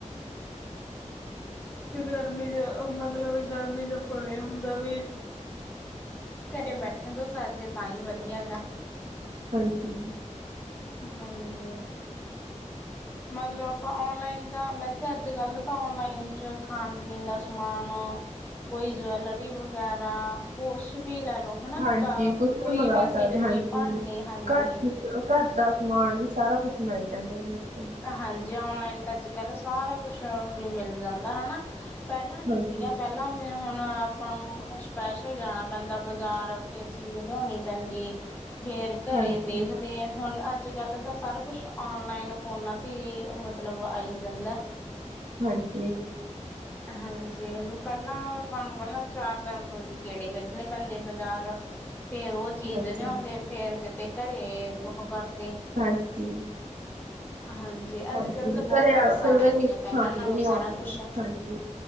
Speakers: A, on the left (about 15°); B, on the right (about 75°).
A: ਤੇ ਗਰਮੀ 'ਚ ਮਤਲਬ ਵੀ ਗਰਮੀ ਆਪਣ ਏ ਹੁੰਦਾ ਵੀ ਘਰੇ ਬੈਠਣ ਤੋਂ ਸਰ ਜੇ ਤਾਂ ਈ ਵਧੀਆ ਹਗਾ।
B: ਹਾਂਜੀ।
A: ਹਾਂਜੀ। ਮਤਲਬ ਆਪਾ ਔਨਲਾਈਨ ਤਾਂ ਵੈਸੇ ਅੱਜ-ਕੱਲ ਤਾਂ ਔਨਲਾਈਨ 'ਚ ਖਾਣ ਪੀਣ ਦਾ ਸਮਾਨ ਕੋਈ ਜਵੈਲਰੀ ਵਗੈਰਾ ਕੁਛ ਵੀ ਲੈ ਲੋ। ਹਨਾ
B: ਹਾਂਜੀ
A: ਕ
B: ਕੁਛ
A: ਕੋਈ
B: ਮੰਗਾ
A: ਵੀ
B: ਸਕਦੇ
A: ਚੀਜ ਕੋਈ
B: ਹਾਂਜੀ।
A: ਭਾਂਡੇ ਹਾਂਜੀ
B: ਘਰ ਦੀ ਘਰ ਦਾ ਸਮਾਨ ਵੀ ਸਾਰਾ ਕੁਛ ਮਿਲ ਜਾਂਦਾ ਜੀ ਏਥੇ।
A: ਹਾਂਜੀ ਔਨਲਾਈਨ ਤਾਂ ਅੱਜ-ਕੱਲ ਸਾਰਾ ਕੁਛ ਵੀ ਮਿਲ ਜਾਂਦਾ ਹੈਨਾ। ਪੈਲਾਂ ਨੀ
B: ਹਾਂਜੀ,
A: ਸੀਗੀਆਂ ਪੈਲਾਂ ਫੇਰ ਹੁਨ ਆਪਾ ਨੂੰ ਸਪੈਸ਼ਲ ਜਾਣਾ ਪੈਦਾ ਬਜਾਰ ਫਿਰ ਚੀਜ ਲਿਆਉਣੀ ਪੈਂਦੀ। ਫੇਰ ਘਰੇ
B: ਹਾਂਜੀ,
A: ਦੇਖਦੇ ਹੁਨ ਅੱਜ-ਕੱਲ ਤਾਂ ਸਾਰਾ ਕੁਛ ਔਨਲਾਈਨ ਫੋਨਾ ਤੇ ਈ ਮਤਲਬ ਆਈ ਜਾਂਦਾ।
B: ਹਾਂਜੀ।
A: <inaudible> ਹਾਂਜੀ ਪੈਲਾਂ ਤੁਆਨੁ ਪੈਲਾਂ ਚਾਰ ਦਿਨ ਗੇੜੇ ਕੱਤਨੇ ਪੈਂਦੇ ਬਾਜਾਰ ਫੇਰ ਓ ਚੀਜ਼
B: ਹਾਂਜੀ,
A: ਲਿਆਉਂਦੇ ਫੇਰ ਕਿਤੇ ਘਰੇ ਓਹ ਕਰਦੇ
B: ਹਾਂਜੀ।
A: ਹਾਂ ਜੀ ਅੱਜ-ਕੱਲ
B: ਹਾਂਜੀ
A: ਤਾਂ ਬੋਹਤ
B: ਘਰੇ
A: ਆਸਾਨ
B: ਆ- ਕਈ ਵਾਰੀ
A: ਹੋ ਗਿਆ
B: ਪਸੰਦ
A: ਪੈਲਾਂ ਨਾਲੋ
B: ਵੀ ਨਹੀਂ
A: ਸਾਰਾ
B: ਆਉਂਦੀ
A: ਕੁਛ।
B: ਹਾਂਜੀ,